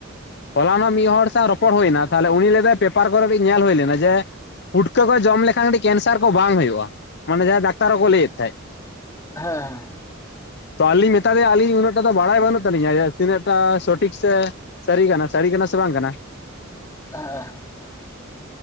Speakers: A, on the left (about 55°); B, on the left (about 15°).
A: ᱦᱚᱞᱟᱱᱚᱜ ᱦᱚᱸ ᱢᱤᱫ ᱦᱚᱲ ᱥᱟᱶ ᱨᱚᱯᱚᱲ ᱦᱩᱭᱱᱟ ᱛᱟᱦᱚᱞᱮ ᱩᱱᱤ ᱞᱟᱹᱭᱫᱟᱭ ᱯᱮᱯᱟᱨ ᱠᱚᱨᱮᱤᱡ ᱧᱮᱞ ᱦᱩᱭ ᱞᱮᱱᱟ ᱡᱮ ᱯᱷᱩᱴᱠᱟᱹ ᱠᱚ ᱡᱚᱢ ᱞᱮᱠᱷᱟᱱ ᱟᱹᱰᱤ ᱠᱮᱱᱥᱟᱨ ᱠᱚ ᱵᱟᱝ ᱦᱩᱭᱩᱜ-ᱟ ᱢᱟᱱᱮ ᱡᱟᱦᱟᱸᱭ ᱫᱟᱠᱛᱟᱨ ᱦᱚᱸ ᱠᱚ ᱞᱟᱹᱭ ᱮᱫ ᱛᱟᱦᱮᱸᱫ
B: ᱦᱮᱸ ᱦᱮᱸ
A: ᱛᱚ ᱟᱞᱤ ᱢᱮᱛᱟ ᱫᱮᱭᱟ ᱟᱹᱞᱤᱧ ᱩᱱᱟᱹᱜ ᱴᱟ ᱫᱚ ᱵᱟᱲᱟᱭ ᱵᱟᱹᱱᱩᱜ ᱛᱟᱹᱞᱤᱧᱟ ᱡᱮ ᱛᱤᱱᱟᱹᱜ ᱴᱟ ᱥᱚᱴᱷᱤᱠ ᱥᱮ ᱥᱟᱹᱨᱤ ᱠᱟᱱᱟ ᱥᱟᱹᱨᱤ ᱠᱟᱱᱟ ᱥᱮ ᱵᱟᱝ ᱠᱟᱱᱟ
B: ᱦᱮ